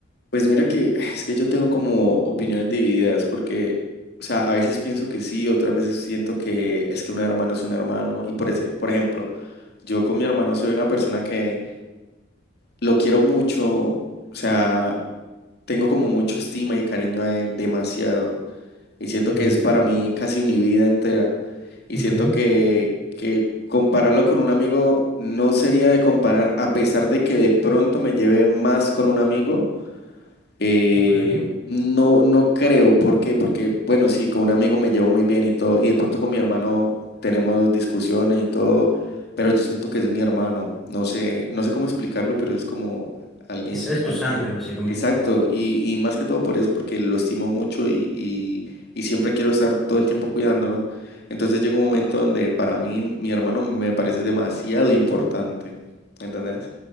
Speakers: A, on the left (about 50°); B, in the centre.
A: Pues mira que <sighs> es que yo tengo como opiniones divididas porque, o sea, a veces pienso que sí, otras veces siento que es que un hermano es un hermano y por ese, por ejemplo, yo con mi hermano soy una persona que lo quiero mucho, o sea, tengo como mucho estima y cariño a él, demasiado. y siento
B: Claro.
A: que es para mí casi mi vida entera. Y
B: Ok.
A: siento que, que compararlo con un amigo no sería de comparar, a pesar de que de pronto me lleve más con un amigo. Eh,
B: Ok.
A: no, no creo, ¿por qué? Porque, bueno, sí, con un amigo me llevo muy bien y todo, y de pronto con mi hermano tenemos discusiones y todo, pero yo siento que es mi hermano, no sé, no sé cómo explicarlo, pero es como alguien,
B: Es es
A: alguien,
B: tu sangre, básicamente.
A: exacto, y, y más que todo por eso, porque lo estimo mucho y, y, y siempre quiero estar todo el tiempo cuidándolo, entonces llega un momento donde para mí mi hermano me parece demasiado importante, ¿entendés?